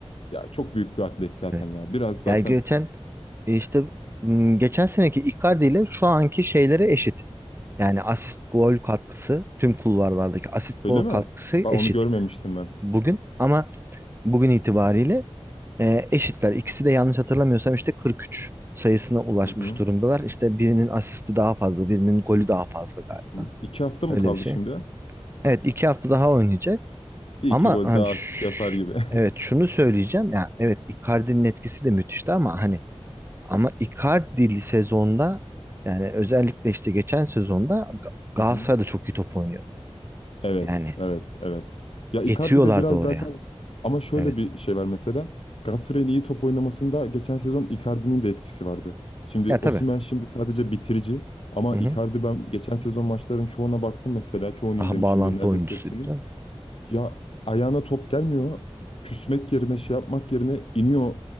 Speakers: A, on the left; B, on the right.
A: ya çok büyük bir atlet zaten
B: Evet.
A: ya. Biraz zaten
B: Yani geçen işte m, geçen seneki Icardi ile şu anki şeylere eşit. Yani asist gol katkısı tüm kulvarlardaki asist
A: öyle
B: gol katkısı
A: mi? Bak
B: eşit
A: onu görmemiştim ben.
B: bugün ama bugün itibariyle e, eşitler. İkisi de yanlış hatırlamıyorsam işte 43 sayısına ulaşmış
A: Hı hı.
B: durumdalar. İşte birinin asisti daha fazla, birinin golü daha fazla galiba.
A: Hı. İki hafta mı
B: Öyle
A: kaldı
B: bir şey.
A: şimdi?
B: Evet iki hafta daha oynayacak
A: Bir
B: ama
A: iki gol
B: hani
A: daha
B: ş-
A: asist yapar gibi. <laughs>
B: evet şunu söyleyeceğim ya evet Icardi'nin etkisi de müthişti ama hani ama Icardi sezonda yani özellikle işte geçen sezonda Ga- Galatasaray
A: Hı hı.
B: da çok iyi top oynuyordu.
A: Evet,
B: Yani
A: evet, evet. Ya
B: getiriyorlardı
A: Icardi de biraz
B: oraya.
A: zaten ama şöyle
B: Evet.
A: bir şey var mesela. Galatasaray'ın iyi top oynamasında geçen sezon Icardi'nin de etkisi vardı. Şimdi
B: Ya tabii.
A: Osimhen şimdi sadece bitirici ama
B: Hı hı.
A: Icardi ben geçen sezon maçların çoğuna baktım mesela. Çoğunu
B: Daha
A: izlemişimdir
B: bağlantı
A: neredeyse
B: oyuncusuydu
A: hepsini.
B: canım.
A: Ya ayağına top gelmiyor. Küsmek yerine şey yapmak yerine iniyor